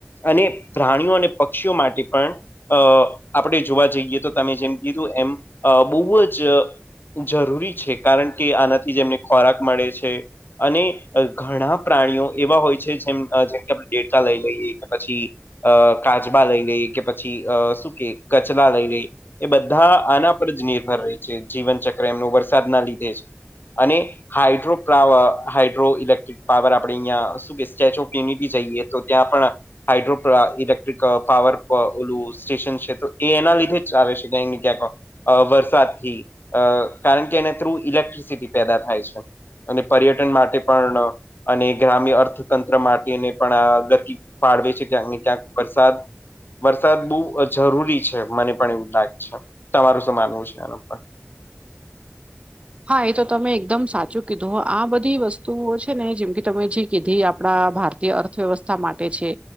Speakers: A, on the left; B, on the right.
A: અને પ્રાણીઓ અને પક્ષીઓ માટે પણ અ આપણે જોવા જઈએ તો તમે જેમ કીધું એમ અ બોવ જ જરૂરી છે કારણ કે આનાથી જ એમને ખોરાક મળે છે. અને ઘણા પ્રાણીઓ એવા હોય છે જેમ જેમકે આપણે દેડકા લઈ લઈએ કે પછી અ કાચબા લઈ એ કે પછી અ શું કે કચલા લઈએ એ બધા આના પર જ નિર્ભર રહે છે જીવનચક્ર એમનો વરસાદના લીધે જ અને હાઇડ્રોપ્લાવર હાઇડ્રો ઇલેક્ટ્રિક પાવર આપડે અહિયાં શું કે સ્ટેચ્યુ ઓફ યુનિટી જઈએ તો ત્યાં પણ હાઇડ્રોપ અ લેક્ટ્રિક પાવર અ ઓલું સ્ટેશન છે તો એ એના લીધે જ આવે છે ક્યાને ક્યાંક. અ વરસાદથી અ કારણ કે એના થ્રુ ઇલેક્ટ્રિસિટી પેદા થાય છે. અને પર્યટન માટે પણ અને ગ્રામ્ય અર્થતંત્ર માટેને પણ આ ગતિ ફાળવે છે ક્યાંક ને ક્યાંક વરસાદ. વરસાદ બો જરૂરી છે મને પણ એવું લાગે છે. તમારું શું માનવું છે એના પર
B: હા એ તો તમે એકદમ સાચું કીધું. આ બધી વસ્તુઓ છે ને જેમ કે તમે જે કીધી આપણા ભારતી જે અર્થવ્યવસ્થા માટે છે.